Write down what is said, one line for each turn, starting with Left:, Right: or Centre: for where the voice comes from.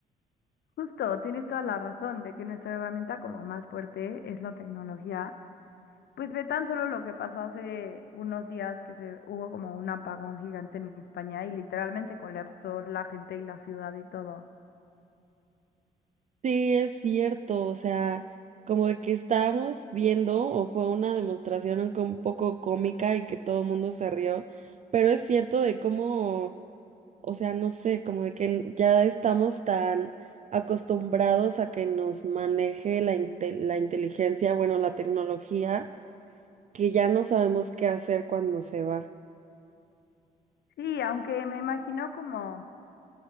Left: Justo, tienes toda la razón de que nuestra herramienta como más fuerte es la tecnología. Pues ve tan solo lo que pasó hace unos días que se hubo como un apagón gigante en España y literalmente colapsó la gente y la ciudad y todo.
Right: Sí, es cierto, o sea, como de que estábamos viendo o fue una demostración un co- un poco cómica y que todo el mundo se rió, pero es cierto de cómo O sea, no sé, como de que ya estamos tan acostumbrados a que nos maneje la, inte- la inteligencia, bueno, la tecnología, que ya no sabemos qué hacer cuando se va.
Left: Sí, aunque me imagino como